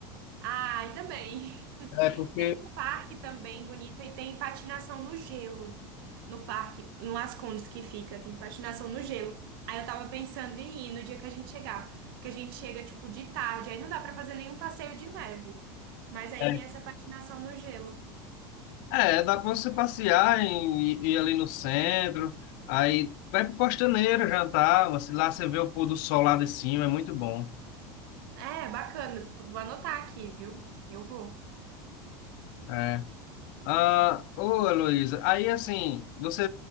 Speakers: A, on the right (about 75°); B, on the left (about 65°).
A: Ah, ainda bem. <laughs>
B: É, porque...
A: Tem um parque também bonito e tem patinação no gelo. No parque, em Las Condes que fica, tem patinação no gelo. Aí eu tava pensando em ir no dia que a gente chegar, porque a gente chega tipo de tarde, aí não dá pra fazer nenhum passeio de neve. Mas aí
B: É,
A: tem essa patinação no gelo.
B: é, dá para você passear e ir ali no centro, aí vai para Costaneira jantar, mas lá você vê o pôr do sol lá de cima, é muito bom.
A: É, bacana. Tu- Vou anotar aqui, viu? Eu vou.
B: é. Ah, ô, Heloísa, aí assim, você